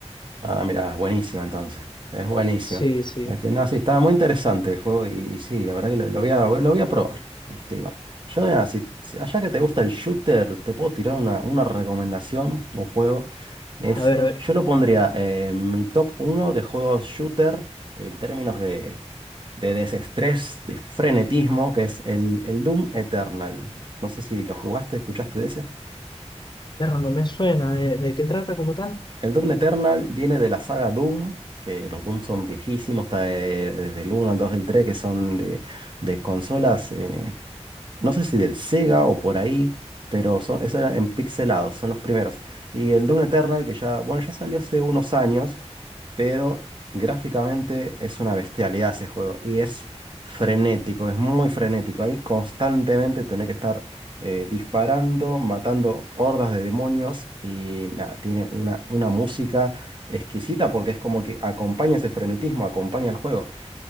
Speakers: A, on the right (about 45°); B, on the left (about 40°).
A: Ah, mira, buenísima entonces. Es buenísima.
B: Sí, sí.
A: Este, no, sí, estaba muy interesante el juego y, y sí, la verdad que lo, lo voy a, lo voy a probar. Este, va. Yo, mira, si, si- allá que te gusta el shooter, te puedo tirar una, una recomendación, un juego. Ese,
B: A ver, a ver.
A: yo lo pondría eh, en mi top uno de juegos shooter en términos de, de desestrés, de frenetismo, que es el, el Doom Eternal. No sé si lo jugaste, escuchaste de ese.
B: Pero no me suena. ¿De, de qué trata como tal?
A: El Doom Eternal viene de la saga Doom, que los Doom son viejísimos, está de- desde el uno al 2, del 3, que son de, de consolas, eh, no sé si del Sega o por ahí, pero son, eso era en pixelados, son los primeros. Y el Doom Eternal, que ya, bueno, ya salió hace unos años, pero gráficamente es una bestialidad ese juego y es frenético, es muy frenético. Ahí constantemente tener que estar eh, disparando, matando hordas de demonios y nada, tiene una, una música exquisita porque es como que acompaña ese frenetismo, acompaña el juego.